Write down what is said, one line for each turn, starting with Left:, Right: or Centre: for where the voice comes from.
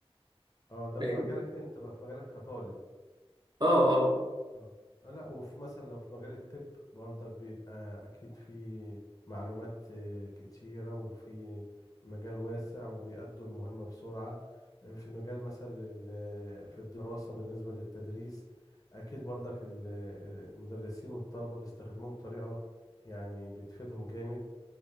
Left: اه ده
Right: فاهم
Left: في مجالك أنت بقى في مجالك كطالب
Right: اه اه
Left: اه آه، لا وفي مثلا لو في مجال الطب برضك بيبقى اكيد في معلومات آه، كتيرة وفي مجال واسع وبيأدوا المهمة بسرعة آه، في مجال مثلا ال- آه، في الدراسة بالنسبة للتدريس اكيد برضك ال- آه، المدرسين والطلبة بيستخدموه بطريقة يعني بتفيدهم جامد